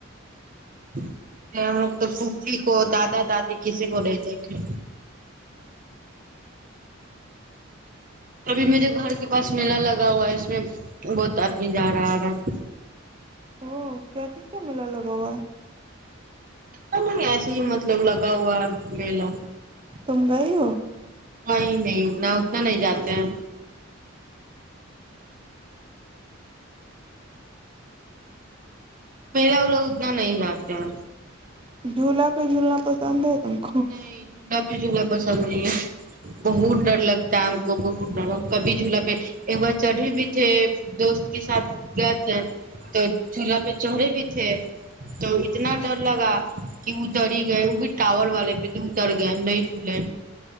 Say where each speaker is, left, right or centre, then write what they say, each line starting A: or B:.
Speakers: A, on the right (about 40°); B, on the right (about 25°).
A: <inaudible> ہم لوگ تو پفی کو دادا دادی کسی کو نہیں دیکھے ابھی میرے گھر کے پاس میلہ لگا ہوا ہے اس میں بہت آدمی جا رہا رہا
B: ا کیا ک کیا ملا ل بگا
A: اچا نہیں ایسے ہی مطلب لگا ہوا ہے میلہ
B: تم گ ہو
A: ہاں نہیں نا اتنا نہیں جاتے ہیں میلا وہ لوگ اتنا نہیں جاتے ہیں
B: جھولا پہ جھولنا پسند ہے ت
A: نہیں جدا پ جھولا پسند نہیں ہے بہت ڈر لگتا ہے ہم کو بہت ڈ کبھی جھولا پہ ایک بار چڑھے بھی تھے دوست کے ساتھ گس ہے تو چولہا پہ چڑھے بھی تھے تو اتنا ڈر لگا کہ وہ ڈری ہی گئے وہ بھی ٹاور والے پہ تو اتر گئے ہم نہیں جھولے